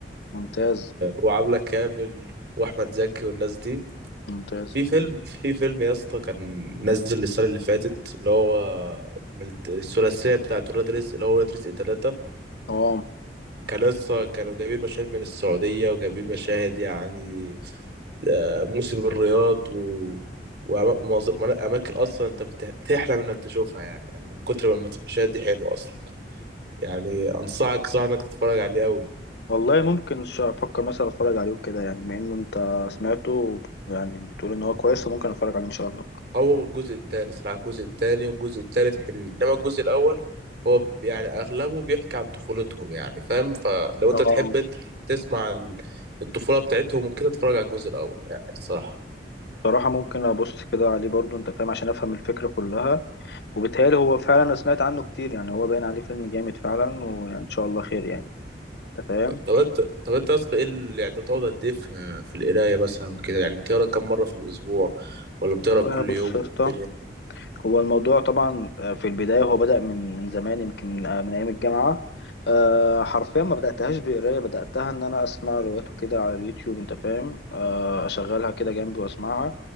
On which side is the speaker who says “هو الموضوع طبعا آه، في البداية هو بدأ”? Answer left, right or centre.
Left